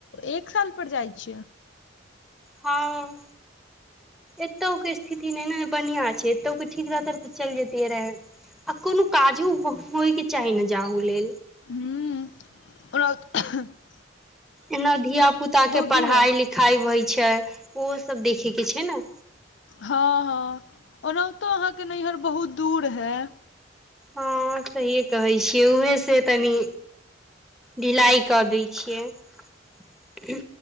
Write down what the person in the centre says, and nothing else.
हँ। एतौके स्थिति नहि ने बढ़ियां छै, एतौके ठीक रहत तऽ चलि जतियै रहे। आ कोनो काजो होयके चाही ने जाले
एना धिय पुताके
पढ़ाई
लिखाई होई छै, ओहो सभ देखेके छै ने
हँ, सहीये कहै छियै, उहे से तनी ढिलाइ कऽ दै छियै।